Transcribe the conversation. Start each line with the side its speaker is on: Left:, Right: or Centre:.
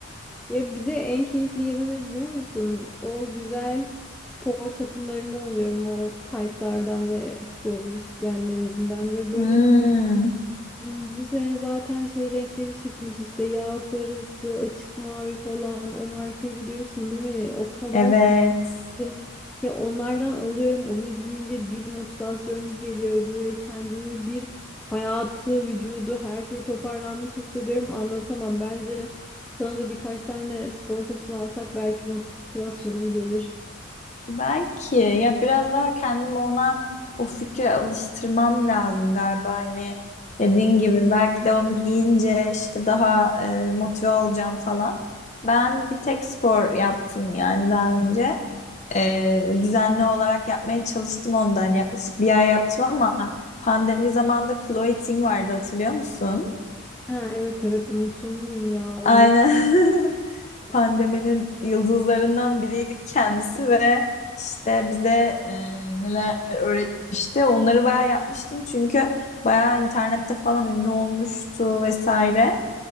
Centre: Ya bir de en keyifli yanı ne biliyor musun? O güzel spor takımlarından alıyorum. O taytlardan ve sporcu sütyenlerinden ve böyle
Left: Hmm,
Centre: Bu sene zaten şey renkleri çıkmış işte yağ sarısı, açık mavi falan o markayı biliyorsun değil mi? O kadar
Left: evet.
Centre: güzel ki ya onlardan alıyorum onu giyince bir motivasyon geliyor böyle kendimi bir hayatı, vücudu her şey toparlanmış hissediyorum anlatamam. Bence sana da birkaç tane spor takımı alsak belki motivasyonun gelir.
Left: Belki ya biraz daha kendimi ona o fikre alıştırmam lazım galiba hani dediğin gibi belki de onu giyince işte daha e, motive olacağım falan. Ben bir tek spor yaptım yani daha önce. E, düzenli olarak yapmaya çalıştım ondan yani yaklaşık bir ay yaptım ama pandemi zamanında Chloe Ting vardı hatırlıyor musun?
Centre: Ha evet evet unutur muyum ya o
Left: Aynen.
Centre: ne
Left: <laughs>
Centre: paralar.
Left: pandeminin yıldızlarından biriydi kendisi ve işte bize e, neler öğretmişti. Onları bayağı yapmıştım çünkü bayağı internette falan ünlü olmuştu vesaire.